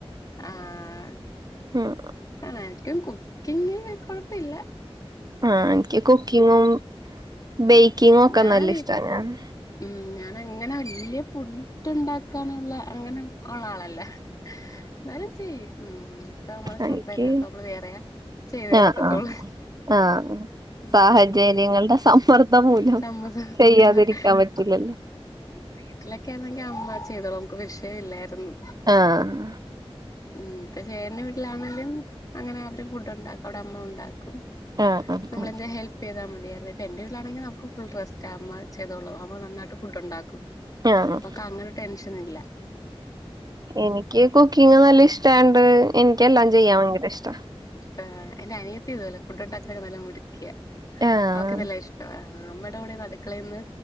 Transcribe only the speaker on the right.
ഉം
ആഹ് ഇൻക്ക് കുക്കിങ്ങും ബേക്കിങ്ങും ഒക്കെ
നല്ല ഇഷ്ടന്നെണ്.
എനിക്ക്
ആഹ്
ആഹ് ആഹ്
സാഹചര്യം ങ്ങളുടെ സമ്മർദ്ദം മൂലം
ചെയ്യാതിരിക്കാൻ പറ്റില്ലല്ലോ
ആഹ്
ആഹ്
ആഹ്
ആഹ്
എനിക്ക് കുക്കിങ് നല്ല ഇഷ്ടായോണ്ട് എനിക്ക് എല്ലാം ചെയ്യാൻ ഭയങ്കര ഇഷ്ട
ആഹ്